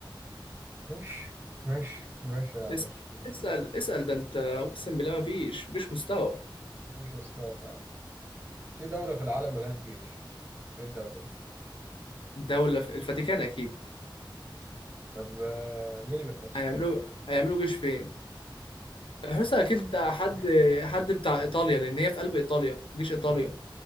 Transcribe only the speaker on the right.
ماشي ماشي ماشي يا درش
ماشي
مفيش مستوى فعلا في دولة في العالم ملهاش جيش ايه الدولة دي
طب آه، مين اللي بيحرسها
<laughs>
لا